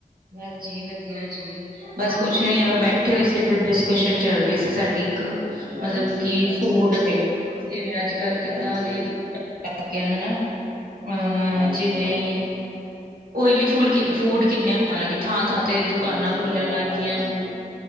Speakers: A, on the right (about 80°); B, on the right (about 60°).
A: ਬਸ ਜੀ ਹਾਂਜੀ ਵਧੀਆ ਜੀ, ਬਸ ਕੁਛ ਨੀ
B: ਹਾਂਜੀ
A: ਐਵੇਂ ਬੈਠੇ ਹੋਏ ਸੀ ਫੇਰ ਜਿਸ ਕਸ਼ਨ ਚੱਲ ਰਹੀ ਸੀ ਸਾਡੀ ਇੱਕ।
B: ਹਾਂਜੀ
A: ਮਤਲਬ ਕਿ
B: ਅੱਛਾ
A: ਫੂਡ
B: ਅੱਛਾ
A: ਤੇ ਜਿਵੇਂ ਅੱਜ ਕੱਲ ਕਿੱਦਾਂ
B: ਹਾਂਜੀ
A: ਦੇ ਫ- ਗੇ ਆ ਹਨਾ ਅਹ
B: ਹਾਂਜੀ
A: ਜਿਵੇਂ
B: ਹਾਂਜੀ
A: ਓਏਲੀ ਫੂਲ ਕਿ ਫੂਡ ਕਿੰਨੇ ਆ। ਹਾਲਾਂਕਿ ਥਾਂ-ਥਾਂ ਤੇ ਦੁਕਾਨਾਂ
B: ਹਾਂਜੀ
A: ਖੁਲਣ
B: ਔਰ
A: ਲੱਗ
B: ਹਾਂਜੀ
A: ਗਈਆ ਹਨ,